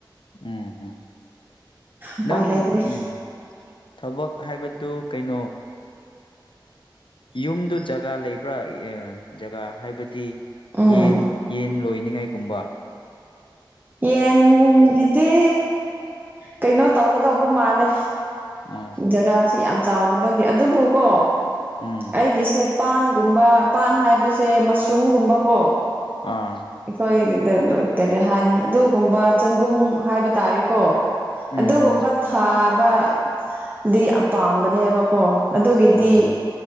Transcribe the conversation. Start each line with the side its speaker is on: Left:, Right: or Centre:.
Left: ꯎꯝ ꯎꯝ
Right: ꯎꯄꯥꯏ
Left: ꯅꯪ
Right: ꯂꯩꯇ꯭ꯔꯦ
Left: ꯎꯝ ꯊꯕꯛ ꯍꯥꯏꯕꯗꯨ ꯀꯩꯅꯣ ꯌꯨꯝꯗꯨ ꯖꯒꯥ ꯂꯩꯕ꯭ꯔꯥ ꯖꯒꯥ ꯍꯥꯏꯕꯗꯤ
Right: ꯎꯝ
Left: ꯌꯦꯟ ꯌꯦꯟ ꯂꯣꯏꯅꯤꯉꯥꯏꯒꯨꯝꯕ
Right: ꯌꯦꯟꯒꯤꯗꯤ ꯀꯩꯅꯣ ꯇꯧꯒꯗꯧꯕ ꯃꯥꯜꯂꯦ
Left: ꯑꯣ
Right: ꯖꯒꯥꯁꯤ ꯌꯥꯝ ꯆꯥꯎꯗꯕꯒꯤ ꯑꯗꯨꯕꯨ ꯀꯣ
Left: ꯎꯝ
Right: ꯑꯩꯒꯤꯁꯦ ꯄꯥꯟ ꯒꯨꯨꯝꯕ ꯄꯥꯟ ꯍꯥꯏꯕꯁꯦ ꯃꯁꯔꯨꯝꯒꯨꯝꯕ ꯀꯣ
Left: ꯑꯥ
Right: ꯑꯩꯈꯣꯏ ꯀꯔꯤ ꯍꯥꯏꯅꯤ ꯑꯗꯨꯒꯨꯝꯕ ꯆꯦꯡꯒꯨꯝ ꯍꯥꯏꯕ ꯇꯥꯔꯦꯀꯣ
Left: ꯎꯝ
Right: ꯑꯗꯨꯒꯨꯝꯕ
Left: ꯎꯝ
Right: ꯊꯥꯕꯗꯤ ꯌꯥꯝ ꯄꯥꯝꯕꯅꯦꯕꯀꯣ ꯑꯗꯨꯒꯤꯗꯤ
Left: ꯑꯣ